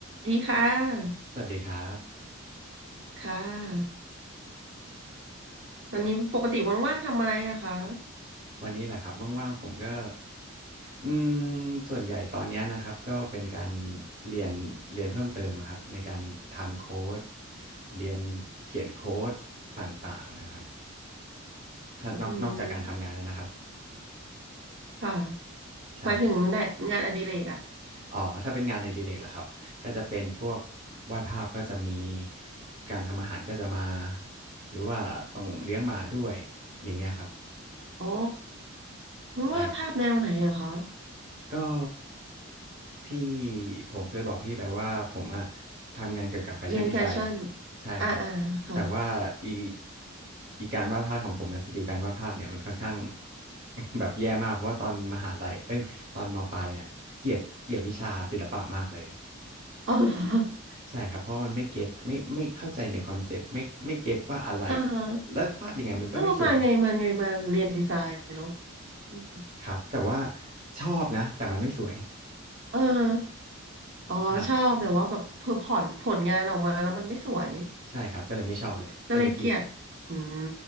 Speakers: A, on the right; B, on the right.
A: ดีค่ะ
B: สวัสดีครับ
A: ค่ะ ตอนนี้ปกติว่างๆทำอะไรอะคะ
B: ครับวันนี้แหละครับว่างๆผมก็อืมส่วนใหญ่ตอนเนี้ยนะครับก็เป็นการเรียนเรียนเพิ่มเติมอะครับในการทำโค้ดเรียนเขียนโค้ดต่างๆนะครับถ้านอกนอกจากการทำงานแล้วนะครับ
A: อืมค่ะ
B: ใช่จะ
A: หมายถึงไหนงานอดิเรกอะ
B: อ๋อถ้าเป็นงานในรีเลกล่ะครับก็จะเป็นพวกวาดภาพก็จะมีการทำอาหารก็จะมาหรือว่าต้องเลี้ยงหมาด้วยอย่างเงี้ยครับ
A: อ๋อไม่ว่าภาพแนวไหนอะคะ
B: ใช่ครับ ก็ที่ผมเคยบอกพี่ไปว่าผมอะทำงานเกี่ยวกับแฟชั่นดีไซน์
A: เรียนแฟชั่น
B: ใช่ครับ
A: อ่าอ่าค่ะ
B: แต่ว่าอีอีการวาดภาพของผมเนี่ยสกิลการวาดภาพเนี่ยมันค่อนข้าง <laughs> แบบแย่มากเพราะว่าตอนมหาลัยเอ้ยตอนมปลายเนี่ยเกลียดเกลียดวิชาศิลปะมากเลย
A: อ๋อเหรอ
B: ใช่ครับเพราะว่ามันไม่เก็ตไม่ไม่เข้าใจในคอนเซปต์ไม่ไม่เก็ตว่าอะไร
A: อ่า
B: แล้ววาดยังไงมันก็ไม่สวย
A: เออมาไงมาไงมาเรียนดีไซน์เนาะอืม
B: ครับแต่ว่าชอบนะแต่มันไม่สวย
A: เอออ๋อ
B: ใช่
A: ชอบแต่ว่าแบบเพอผ่อนผลงานออกมาแล้วมันไม่สวย
B: ใช่ครับก็เลยไม่ชอบเลยก็เลยเกลียด
A: ก็เลยเกลียดอืม